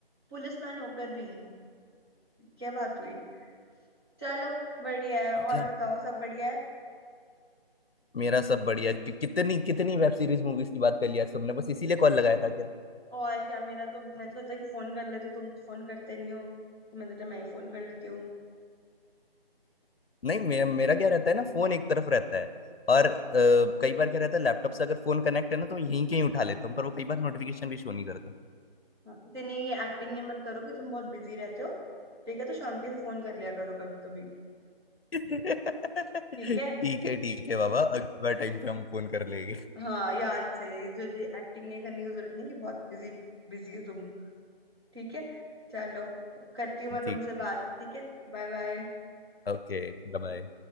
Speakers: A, on the right; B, on the left.
A: पुलिसमैन होकर भी क्या बात हुई चलो बढ़िया है और
B: क्या
A: बताओ सब बढ़िया है
B: मेरा सब बढ़िया कि, कितनी कितनी वेब सीरीज मूवीज की बात कर लिया तुमने बस इसीलिए कॉल लगाया था
A: और क्या मेरा तो मैंने सोचा कि फोन कर लेते तुम तो फोन करते नहीं हो तो मैंने सोचा मैं ही फोन कर लेती हूँ
B: नहीं मेरा मेरा क्या रहता है ना फोन एक तरफ रहता है और अ, कई बार क्या रहता है लैपटॉप से अगर फोन कनेक्ट है ना तो यहीं कहीं उठा लेता हूँ पर वो कई बार नोटिफिकेशन भी शो नहीं करता
A: हाँ, इतनी ये एक्टिंग ये मत करो कि तुम बहुत बिजी रहते हो ठीक है तो शांति से फोन कर लिया करो कभी कभी
B: <laughs>
A: ठीक
B: ठीक
A: है
B: है ठीक है बाबा अगली बार टाइम पे हम फोन कर लेंगे
A: हाँ याद से ये जो ये एक्टिंग नहीं करने की जरूरत नहीं कि बहुत बिजी बिजी हो तुम ठीक है चलो करती हूँ
B: <laughs>
A: मैं
B: ठीक
A: तुमसे
B: है
A: बात ठीक है Bye bye
B: ओके बाय